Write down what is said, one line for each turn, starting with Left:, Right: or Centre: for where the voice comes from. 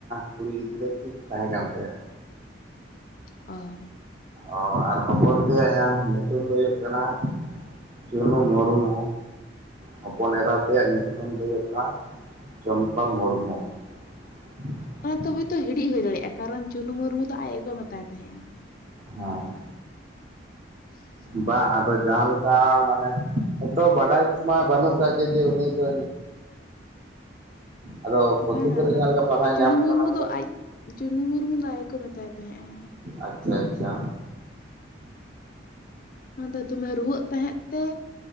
Right: ᱠᱩᱲᱤ ᱜᱤᱫᱽᱨᱟᱹ ᱠᱤᱱ ᱛᱟᱦᱮᱸ ᱠᱟᱱ ᱛᱟᱭᱟ
Left: ᱚ
Right: ᱚ ᱟᱨ ᱦᱚᱯᱚᱱ ᱛᱮᱭᱟᱭᱟ ᱧᱩᱛᱩᱢ ᱫᱚ ᱦᱩᱭᱩᱜ ᱠᱟᱱᱟ ᱪᱩᱱᱩ ᱢᱩᱨᱢᱩ ᱦᱚᱯᱚᱱ ᱮᱨᱟ ᱛᱮᱭᱟᱜ ᱧᱩᱛᱩᱢ ᱫᱚ ᱦᱩᱭᱩᱜ ᱠᱟᱱᱟ ᱪᱚᱢᱯᱟ ᱢᱩᱨᱢᱩ <unintelligible>
Left: ᱚᱱᱟ ᱛᱚ ᱦᱩᱭ ᱛᱚ ᱦᱤᱲᱤᱡ ᱦᱩᱭ ᱫᱟᱲᱮᱭᱟᱜᱼᱟ ᱠᱟᱨᱚᱱ ᱪᱩᱱᱩ ᱢᱩᱨᱢᱩ ᱫᱚ ᱟᱡ ᱜᱮᱠᱚ ᱢᱮᱛᱟᱭ ᱛᱟᱦᱮᱸᱜᱼᱟ
Right: ᱦᱚᱸ
Left: <unintelligible>
Right: ᱵᱟᱸ ᱟᱫᱚ ᱡᱟᱦᱟᱸ ᱞᱮᱠᱟ ᱢᱟᱱᱮ ᱛᱚ ᱵᱟᱰᱟᱭ ᱢᱟ ᱵᱟᱹᱱᱩᱜ ᱠᱟᱜ ᱜᱮ ᱡᱮ ᱩᱱᱤ ᱫᱚ ᱟᱫᱚ ᱯᱩᱛᱷᱤ
Left: ᱵᱟᱝ-ᱟ
Right: ᱠᱚᱨᱮ
Left: ᱠᱟᱨᱚᱱ
Right: ᱡᱟᱦᱟᱸ ᱞᱮᱠᱟ ᱯᱟᱲᱦᱟᱣ ᱧᱟᱢ
Left: ᱪᱩᱱᱩ ᱢᱩᱨᱢᱩ
Right: ᱠᱟᱱᱟ ᱛᱚ
Left: ᱫᱚ ᱟᱡ ᱪᱩᱱᱩ ᱢᱩᱨᱢᱩ ᱫᱚ ᱟᱡ ᱠᱚ ᱢᱮᱛᱟᱭ ᱛᱟᱦᱮᱸᱫᱼᱟ
Right: ᱟᱪᱪᱷᱟ ᱟᱪᱪᱷᱟ
Left: ᱚᱱᱟᱫᱚ ᱫᱚᱢᱮ ᱨᱩᱣᱟᱹᱜ ᱛᱟᱦᱮᱸᱜ ᱛᱮ